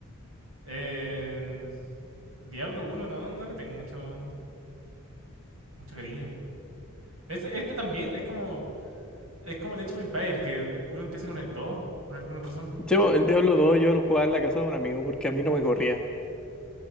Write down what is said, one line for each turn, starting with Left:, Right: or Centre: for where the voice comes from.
Right: Eh, Diablo uno no, no le tengo mucho, mucho cariño. Es, esto también es como, es como el Age of Empires, que uno empieza con el 2 por alguna razón.
Centre: Chevo, el Diablo 2 yo lo jugaba en la casa de un amigo porque a mí no me corría.